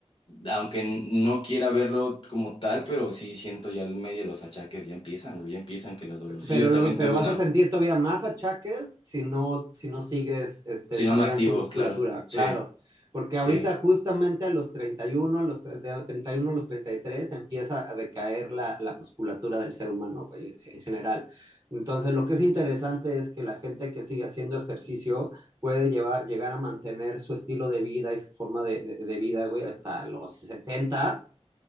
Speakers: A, on the left; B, on the right.
A: aunque no quiera verlo como tal, pero sí siento ya el medio los achaques ya empiezan, güey, ya empiezan que los dolorcillos
B: Pero, lo,
A: también
B: pero
A: tuve
B: vas
A: una,
B: a sentir todavía más achaques si no, si no sigues este,
A: si
B: desarrollando
A: no me activo,
B: tu musculatura,
A: claro, sí,
B: claro. Porque
A: sí.
B: ahorita justamente a los 31 a los tre- de 31 a los 33 empieza a decaer la, la musculatura del ser humano, güey, en, en general. Entonces, lo que es interesante es que la gente que sigue haciendo ejercicio puede llevar, llegar a mantener su estilo de vida y su forma de, de- de vida, güey, hasta los 70